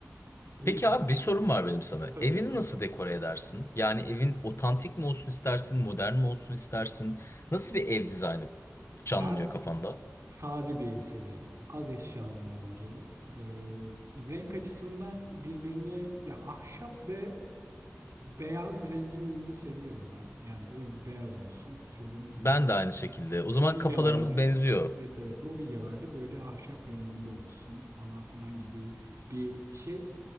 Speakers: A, on the right (about 65°); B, on the left (about 55°).
A: O
B: Peki
A: yüzden
B: abi bir sorum var benim sana.
A: tabii
B: Evini nasıl dekore edersin? Yani evin otantik mi olsun istersin, modern mi olsun istersin? Nasıl bir ev dizaynı canlanıyor
A: ben
B: kafanda?
A: Sade bir ev severim. Az eşyanın olduğu. Ee, renk açısından birbirine ya ahşap ve beyaz rengin uyumunu seviyorum ben. Yani ev beyaz olsun atıyorum
B: Ben
A: e,
B: de aynı şekilde. O zaman
A: mobilyalarda.
B: kafalarımız benziyor.
A: Evet evet mobilyalarda böyle ahşap renginde olsun falan filan gibi bir şey